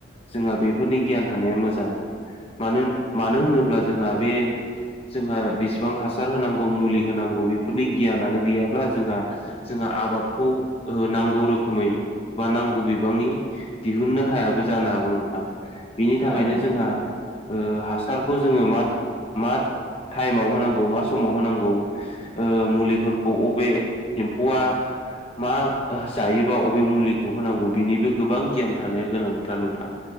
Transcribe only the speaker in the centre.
औ नंगौ
नोंथां